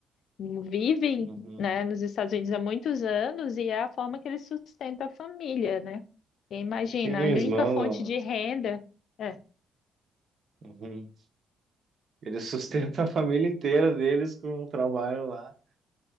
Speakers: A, on the left; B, on the right.
A: vivem,
B: Uhum.
A: né, nos Estados Unidos há muitos anos e é a forma que eles sustentam a família, né? E imagina,
B: Sim, eles
A: a única
B: mandam
A: fonte
B: lá.
A: de renda. É,
B: Uhum. Eles sustentam a família inteira deles com o trabalho lá.